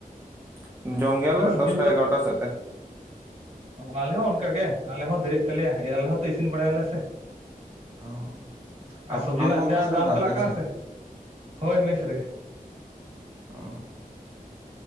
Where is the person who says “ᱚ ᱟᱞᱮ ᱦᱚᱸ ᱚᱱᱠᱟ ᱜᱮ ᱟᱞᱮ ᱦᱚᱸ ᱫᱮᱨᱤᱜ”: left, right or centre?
Right